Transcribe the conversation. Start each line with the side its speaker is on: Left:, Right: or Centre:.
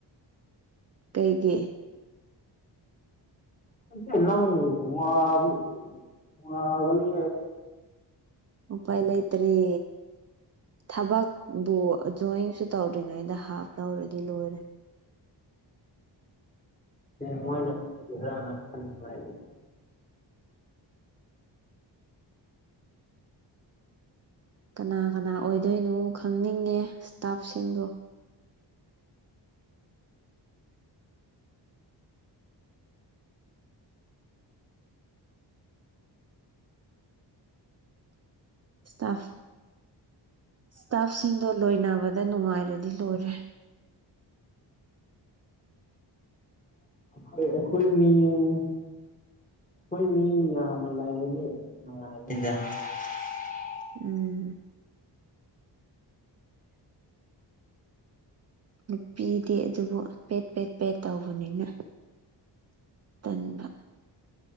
Right: ꯀꯩꯒꯤ
Left: ꯃꯠꯇꯦ ꯅꯪ ꯋꯥꯅꯤ
Right: ꯎꯄꯥ ꯏꯂ ꯑꯇꯔꯤ ꯊꯕꯛꯄꯕꯨꯖꯣꯏꯟꯁꯨ ꯇꯧꯗ꯭ꯔꯤꯉꯩꯗ ꯍꯥꯞ ꯂꯧꯔꯗꯤ ꯂꯣꯏꯔꯦ
Left: ꯃꯣꯏꯅ ꯈꯔꯅ ꯈꯟꯅꯨꯡꯉꯥꯏ
Right: ꯀꯅꯥ ꯀꯅꯥ ꯑꯣꯏꯗꯣꯏꯅꯣ ꯈꯪꯅꯤꯡꯉꯦ ꯏꯁꯇꯥꯞꯁꯤꯡꯗꯣ ꯇꯥ ꯏꯁꯇꯥꯐꯁꯤꯡꯗꯣ ꯂꯣꯏꯅꯕꯗ ꯅꯨꯡꯉꯥꯏꯔ ꯗꯤ ꯂꯣꯏꯔꯦ
Left: ꯑꯩꯈꯣꯏ ꯑꯩꯈꯣꯏ ꯃꯤ ꯍꯣꯏ ꯃꯤ ꯃꯅꯤ
Right: ꯎꯝ ꯅꯨꯄꯤꯗꯤ ꯑꯗꯨꯕꯨ ꯄꯦꯠ ꯄꯦꯠ ꯄꯦꯠ ꯇꯧꯕꯅꯤꯅ ꯇꯟꯕ